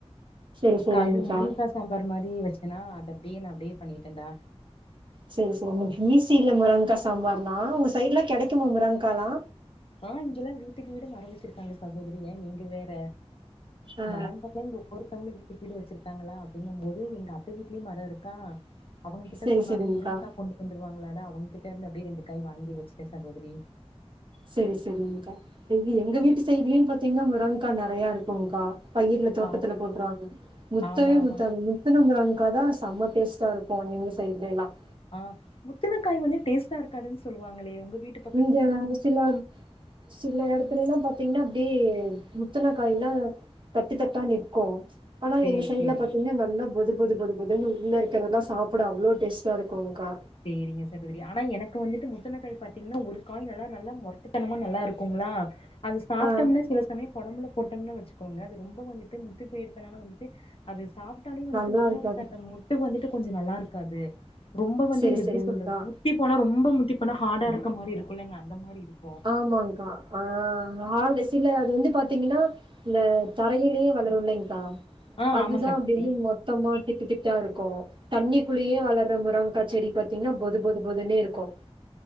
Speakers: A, on the right (about 45°); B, on the left (about 55°).
A: சரி சரிங்க்கா
B: கா இது முருங்கா சாம்பார் மாரி வச்சனா அத அப்டியே நா அப்டியே பண்ணிட்டேன்டா
A: செரி செரி ஈசியில முருங்கா சாம்பார்லா உங்க சைடுலா கிடைக்குமா முரங்காலா
B: ஆ இங்கெல்லா வீட்டுக்கு வீடு மர வச்சிருக்காங்க சகோதரி ஏ நீங்க வேற
A: ஆ
B: மரங்களே இங்க ஒவ்வொருத்தவுங்களு வீட்டுக்கு வீடு வச்சிருக்காங்களா அப்படிங்கும் போது எங்க அத்த வீட்லயு மரோ இருக்கா அவங்க கிட்ட
A: சரி
B: சொன்னாலே
A: சரிங்க்கா
B: முருங்காக் கொண்டு வந்துருவாங்களாடா அவங் கிட்ட இருந்து அப்டியே ரெண்டுக்காய் வாங்கி வச்சுட்டே சகோதரி
A: செரி செரிங்கா இது எங்க
B: நீ
A: வீட்டு சைட்லயு பாத்தீங்ன்னா முருங்கா நெறயா இருக்குங்கா பயிர்ல தோட்டத்துல
B: ஆ
A: போட்ருவாங்க முத்தவே
B: ஆமா ஆமா
A: முத்தாதுங் முத்துன முருங்க்காதான் செம்ம டேஸ்ட்டா இருக்கும் எங்க சைட்ல எல்லாம்
B: ஆ முத்துனக்காய் வந்து டேஸ்ட்டா இருக்காதுன் சொல்லுவாங்களே உங்க வீட்டுப்
A: இங்க ஒரு சில சில எடத்துல எல்லாம் பாரத்தீங்ன்னா அப்டியே முத்துனக் காய்ல்லா தட்டு தட்டா நிக்கோம் ஆனா
B: சேரி
A: எங்க சைட்ல
B: சேரிங்க
A: பாத்தீங்ன்னா நல்லா பொது பொது பொது பொதுன்னு உள்ள இருக்கிறல்லாம் சாப்பிட அவ்வளோ டேஸ்ட்டா இருக்குங்க்கா
B: சேரிங்க சகோதரி ஆனா எனக்கு வந்துட்டு முத்துனக்காய் பாத்தீங்ன்னா ஒரு காய் நல்லா நல்லா மொரட்டுத்தனமா நல்லா இருக்குங்களா அது சாப்ட்டோம்னா
A: ஆ
B: சில சமயம் கொழம்புலப் போட்டோம்னா வச்சுக்கோங்க அது ரொம்ப வந்துட்டு முத்திப் போயிருக்கனாலும் வந்துட்டு அது சாப் ட்டாலே வந்துட்டு
A: நல்லா
B: உள்ள
A: இருக்காது
B: இருக்காத மொட்டு வந்துட்டு கொஞ்சம் நல்லா இருக்காது ரொம்ப வந்து
A: சரி
B: இத எப்டி
A: சரிங்க்கா
B: சொல்றது முத்திப் போனா ரொம்ப முட்டிப் போனா ஹார்டா இருக்க மாரி இருக்குல்லங்க அந்த மாரி இருக்கும்
A: ஆமாங்க்கா ஆ ஹார்டு சில அது வந்து பாத்தீங்கன்னா இந்த தரகருலே வளருல்லைங்க்கா
B: ஆ
A: அதுதான்
B: ஆமா சகோதரி
A: அப்டி வந்து மொத் தமா திட்டு திட்டா இருக்கோ தண்ணிக்குள்ளேயே வளர்ர முருங்காச்செடி பாத்தீங்ன்னா பொது பொது பொதுன்னே இருக்கும்